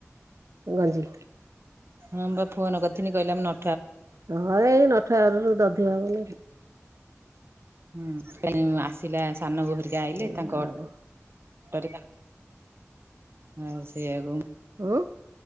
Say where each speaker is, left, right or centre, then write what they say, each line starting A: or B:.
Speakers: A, on the right; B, on the right.
A: ଗଞ୍ଜି।
B: ହଁ ବା ଫୋନ କରିଥିଲି କହିଲା ମୁଁ ନ
A: ହଁ ଏଇ ନଠାଗଡରୁ ଦଧିବାବନ।
B: ହୁଁ <inaudible> ଆସିଲା ସାନ ବୋହୁ ହେରିକା ଆଇଲେ
A: ଏଇଆ
B: ତାଙ୍କ
A: ଆଉ।
B: କରିକି ଆଣିଲି। ଆଉ ସେଇଆକୁ
A: ଉଁ।